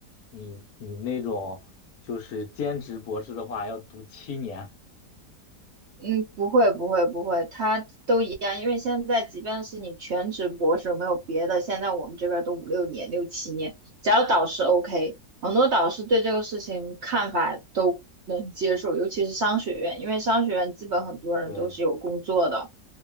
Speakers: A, on the left; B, on the right.
A: 你你那种就是兼职博士的话，要读七年。
B: 嗯，不会，不会，不会，它都一样。因为现在，即便是你全职博士，没有别的，现在我们这边都五六年、六七年，只要导师 OK，很多导师对这个事情看法都能接受，尤其是商学院，因为商学院基本很多人都是有工作的，
A: <laughs> 对。